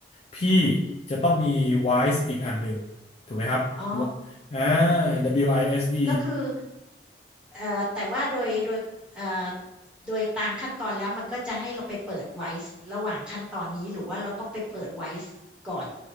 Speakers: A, on the left; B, in the centre.
A: พี่จะต้องมี Wise อีกอันหนึ่งถูกไหมครับว
B: อ๋อ
A: อ่า WISE
B: ก็คือ เอ่อแต่ว่าโดยโดยเอ่อโดยตามขั้นตอนแล้วมันก็จะให้เราไปเปิดไว้ระหว่างขั้นตอนนี้หรือว่าเราต้องไปเปิดไว้ก่อน